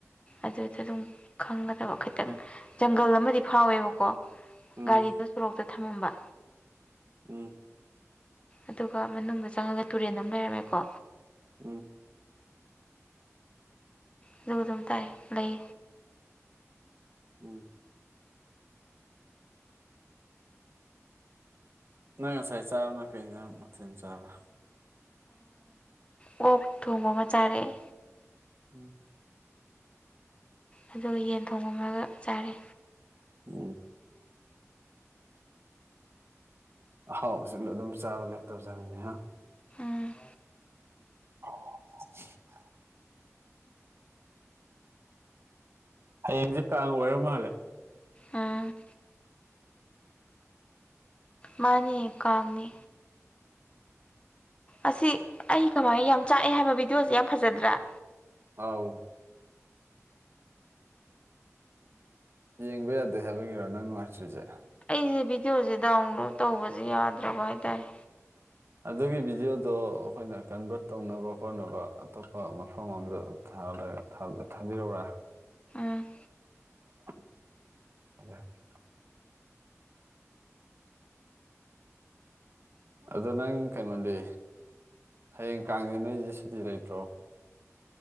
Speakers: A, on the left; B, on the right.
A: ꯑꯗꯨꯗ ꯑꯗꯨꯝ ꯈꯪꯒꯗꯕ ꯈꯤꯇꯪ ꯖꯪꯒꯜ ꯑꯃꯗꯤ ꯐꯥꯎꯋꯦꯕꯀꯣ
B: ꯎꯝ
A: ꯒꯥꯔꯤꯗꯨ ꯁꯣꯔꯣꯛꯇ ꯊꯝꯃꯝꯕ
B: ꯎꯝ
A: ꯑꯗꯨꯒ ꯃꯅꯨꯡꯗ ꯆꯪꯉꯒ ꯇꯨꯔꯦꯟ ꯑꯃ ꯂꯩꯔꯝꯃꯦꯀꯣ
B: ꯎꯝ
A: ꯑꯗꯨꯒ ꯑꯗꯨꯝ ꯇꯥꯏ ꯂꯩ꯫
B: ꯎꯝ ꯅꯪ ꯉꯁꯥꯏ ꯆꯥꯕꯅ ꯀꯩ ꯌꯦꯟꯁꯥꯡ ꯃꯊꯦꯜ ꯆꯥꯕꯥ
A: ꯀꯣꯛ ꯊꯣꯡꯕ ꯑꯃ ꯆꯥꯔꯦꯑꯦ
B: ꯎꯝ
A: ꯑꯗꯨꯒ ꯌꯦꯟ ꯊꯣꯡꯕꯥ ꯑꯃꯒ ꯆꯥꯔꯦ
B: ꯎꯝ ꯑꯍꯥꯎꯕꯁꯨ ꯑꯗꯨꯝ ꯆꯥꯕ ꯂꯦꯞꯇꯕꯖꯥꯠꯅꯤꯅꯦ ꯍꯥ
A: ꯎꯝ
B: <inaudible> ꯍꯌꯦꯡꯁꯦ ꯀꯥꯡ ꯑꯣꯏꯔ ꯃꯥꯜꯂꯦ
A: ꯎꯝ ꯃꯥꯅꯤ ꯀꯥꯡꯅꯤ ꯑꯁꯤ ꯑꯩ ꯀꯃꯥꯏꯅ ꯌꯥꯝ ꯆꯥꯛꯑꯦ ꯍꯥꯏꯕ ꯕꯤꯗꯤꯑꯣꯁꯦ ꯌꯥꯝ ꯐꯖꯗ꯭ꯔꯥ
B: ꯑꯥꯎ ꯌꯦꯡꯕ ꯌꯥꯗꯦ ꯍꯥꯏꯕꯒꯤꯔꯣ ꯅꯪ ꯅꯨꯡꯉꯥꯏꯇ꯭ꯔꯤꯁꯦ
A: ꯑꯩꯁꯦ ꯚꯤꯗꯤꯑꯣꯁꯦ ꯗꯥꯎꯟꯂꯣꯗ ꯇꯧꯕꯁꯦ ꯌꯥꯗ꯭ꯔꯕ ꯍꯥꯏꯇꯥꯔꯦ
B: ꯑꯗꯨꯒꯤ ꯚꯤꯗꯤꯑꯣꯗꯣ ꯑꯩꯈꯣꯏꯅ ꯀꯟꯚꯔꯠ ꯇꯧꯅꯕ ꯍꯣꯠꯅꯕ ꯑꯇꯣꯞꯄ ꯃꯐꯝ ꯑꯗ ꯊꯥꯕ ꯊꯥꯕ ꯊꯥꯕꯤꯔꯛꯎꯔꯥ
A: ꯎꯝ
B: <unintelligible> ꯑꯗꯣ ꯅꯪ ꯀꯩꯅꯣꯗꯤ ꯍꯌꯦꯡ ꯀꯥꯡꯗꯦ ꯅꯣꯏꯁꯦ ꯁꯨꯇꯤ ꯂꯩꯇ꯭ꯔꯣ